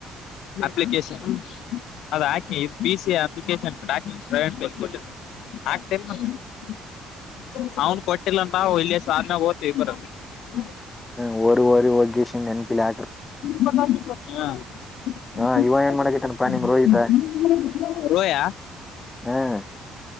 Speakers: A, on the left; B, on the left.
A: ಅಪ್ಲಿಕೇಶನ್ ಅದಾಕೆ ಪಿ ಸಿ ಅಪ್ಲಿಕೇಶನ್ ಡಾಕ್ಯುಮೆಂಟ್ಸ್ <unintelligible> <inaudible>
B: ಹೂ ಹೋಗ್ರಿ ಹೋಗ್ರಿ ಕೆಸಿಂದ ನೆನಪಿಲೇ
A: ಬಾವ <unintelligible>
B: ಹಾ ಇವ ಏನ್ ಮಾಡಕೈತಾನಪಾ ನಿಮ್ ರೋಹಿತ
A: ರೋಯಾ <inaudible>
B: ಹ್ಮ